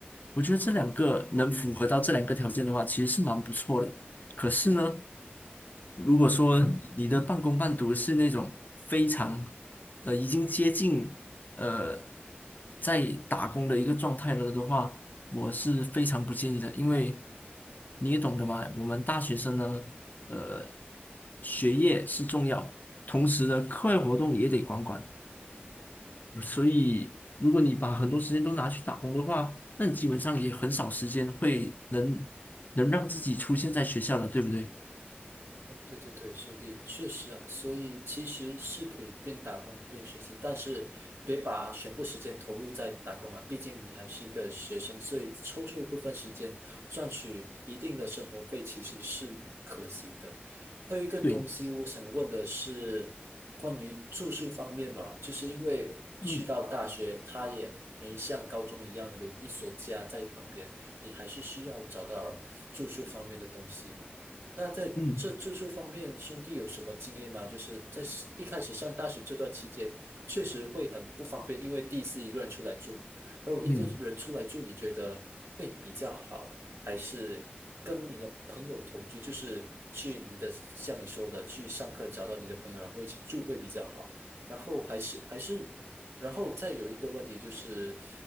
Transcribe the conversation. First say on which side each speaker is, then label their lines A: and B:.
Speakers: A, on the left (about 45°); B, on the right (about 85°).
A: 我觉得这两个能符合到这两个条件的话，其实是蛮不错的。可是呢，如果说你的半工半读是那种非常呃已经接近。呃，在打工的一个状态了的话，我是非常不建议的，因为你也懂得嘛，我们大学生呢，呃，学业是重要，同时呢，课外活动也得管管，所以如果你把很多时间都拿去打工的话，那你基本上也很少时间会能能让自己出现在学校了，对不对？
B: 哦，对对对，兄弟，确实啊，所以其实是可以边打工边学习，但是别把全部时间投入在打工嘛，毕竟你还是一个学生，所以抽出一部分时间赚取一定的生活费其实是可行的。还有一个东西，
A: 对，
B: 我想问的是关于住宿方面吧，就是因为去到大学，
A: 嗯
B: 它也没像高中一样有一所家在旁边，你还是需要找到住宿方面的东西嘛。那在这住宿方面，
A: 嗯
B: 兄弟有什么经验吗？就是在一开始上大学这段期间，确实会很不方便，因为第一次一个人出来住。然后一个人出来住，
A: 嗯。
B: 你觉得会比较好，还是跟你的朋友同居？就是去你的，像你说的，去上课找到你的朋友，然后一起住会比较好。然后还是还是，然后再有一个问题就是，